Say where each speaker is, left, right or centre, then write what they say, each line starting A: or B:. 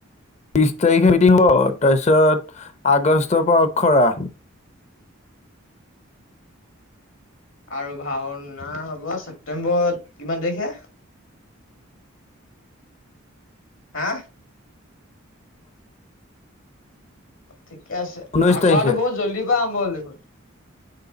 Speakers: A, on the left (about 30°); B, on the left (about 70°).
A: বিশ তাৰিখে মিটিং হ'ব তাৰপিছত আগষ্টৰ পৰা অখৰা।
B: আৰু ভাওনা, হ'ব ছেপ্তেম্বৰত কিমান তাৰিখে- হা। ঠিকে আছে
A: ঊনৈশ
B: আখৰাটো
A: তাৰিখে
B: বহুত জল্দি পৰা আৰম্ভল দেখোন।